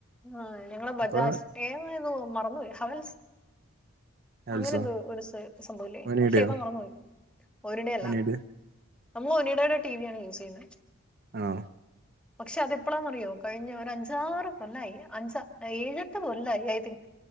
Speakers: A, in the centre; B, on the right (about 45°).
A: ആ ഞങ്ങള് ബജാജ്
B: അപ്പൊ
A: ഏതായിരുന്നു മറന്ന് പോയി ഹവൽസ്
B: ഹാവൽസോ
A: അങ്ങനെ എന്തോ ഒര് സേ ഒരു സംഭവവില്ലേ
B: അവനീടെയോ
A: പക്ഷെ അത് മറന്നുപ്പോയി
B: അവനീടെ
A: നമ്മള് ഒനിടെടെ ടിവിയാണ് യൂസ് ചെയ്യുന്നേ
B: ആണോ
A: പക്ഷെ അതെപ്പോളാന്ന് അറിയോ കഴിഞ്ഞ ഒരു അഞ്ചാറ് കൊല്ലയ് അൻസ ഏഴെട്ട് കൊല്ലയ് ഐ തിങ്ക്